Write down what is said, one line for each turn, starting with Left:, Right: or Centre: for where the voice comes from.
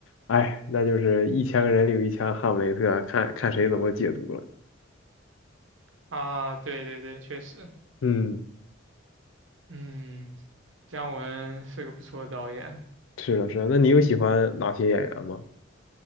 Left: 哎，那就是一千个人里有一千个哈姆雷特，看看谁怎么解读了。
Right: 啊，对对对，确实，
Left: 嗯，
Right: 嗯，姜文是个不错的导演
Left: 是的，是的。那你有喜欢哪些演员吗？